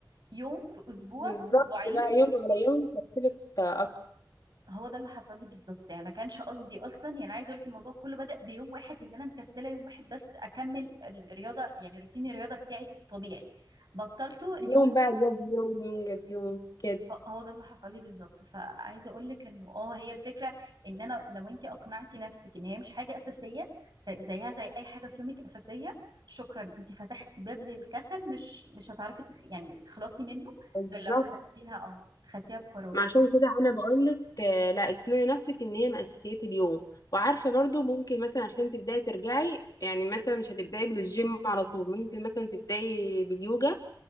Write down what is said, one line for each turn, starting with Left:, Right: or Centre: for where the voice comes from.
Right: يوم في اسبوع
Left: بالظبط
Right: في اسبوعين
Left: بقى يوم على يوم تفصلك اكتر
Right: هو ده اللي حصل لي بالظبط يعني ما كانش قصدي اصلا يعني عايز اقول لك الموضوع كله بدأ بيوم واحد ان انا مكسله يوم واحد بس اكمل الرياضه يعني روتين الرياضه بتاعي الطبيعي بطلته اليوم
Left: يوم بقى جاب يوم يوم جاب يوم كده
Right: ه- هو ده اللي حصل لي بالظبط فعايزه اقول لك انه اه هي الفكره ان انا لو انت اقنعتي نفسك ان هي مش حاجه اساسيه زي- زيها زي اي حاجه في يومك اساسيه شكرا انت فتحتي باب للكسل مش مش هتعرفي تخ... يعني تخلصي منه
Left: بالظبط
Right: غير لو خدتيها اه خدتيها بقرار
Left: ما عشان كده انا بقول لك آه، لا اقنعي نفسك ان هي من اساسيات اليوم وعارفه برضو ممكن مثلا عشان تبداي ترجعي يعني مثلا مش هتبداي بالجيم على طول ممكن مثلا تبداي باليوجا